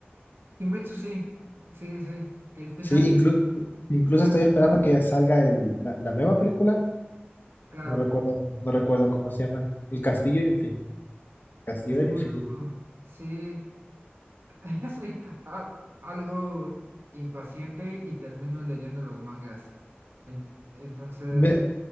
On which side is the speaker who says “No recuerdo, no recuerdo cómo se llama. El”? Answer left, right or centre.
Left